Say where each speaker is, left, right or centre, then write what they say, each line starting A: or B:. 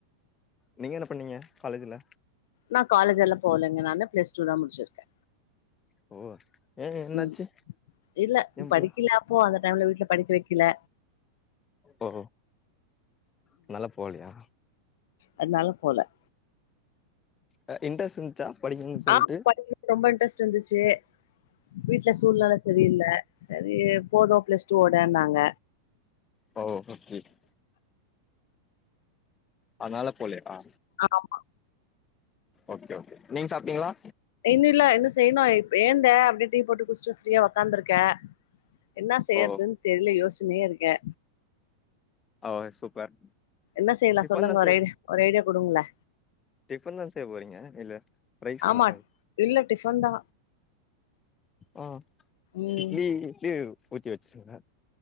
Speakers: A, on the left; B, on the left.
A: நீங்க என்ன பண்ணீங்க காலேஜுல
B: நா காலேஜல்லா போலங்க நாதா பிளஸ் டூ தா முடுச்சுருக்கே
A: ஓ ஏ என்னாச்சு
B: ம் இல்ல
A: ஏ புள்ள
B: படிக்கல அப்போ அந்த டைம்ல வீட்ல படிக்க வைக்கல
A: ஓ அதுனால போலயா
B: அதுனால போல
A: அ இன்ரஸ்ட் இருந்துச்சா படிக்கனுன் சொல்ட்டு
B: ஆ படிக்கணுனு ரொம்ப இன்ட்ரஸ்ட் இருந்துச்சு வீட்ல சூழ்நில சரியில்ல சரி போது பிளஸ் டூ வோடன்னாங்க
A: ஓ <unintelligible> அதுனால போலயா
B: ஆமா
A: ஓகே ஓகே நீங்க சாப்ட்டீங்ளா
B: இன்னு இல்ல இன்னு செய்ணு இப்ப எழுந்தே அப்டியே டீ போட்டு குஸ்ட்டு ஃப்ரீயா உக்காந்துருக்கே என்னா செய்யறதுன்
A: ஓ
B: தெரில யோசனையே இருக்கே
A: ஓ சூப்பர்
B: என்ன செய்லா
A: டிஃபன்லா
B: சொல்லுங்க ஒரு ஐடி ஒரு ஐடியா குடுங்ளே
A: டிஃபன் தான செய்ய போறீங்க இல்ல ரைஸ்
B: ஆமா
A: அந்த மாரி
B: இல்ல டிஃபன் தா
A: ஆ
B: ம்
A: இட்லி இட்லி ஊத்தி வச்சுருங்க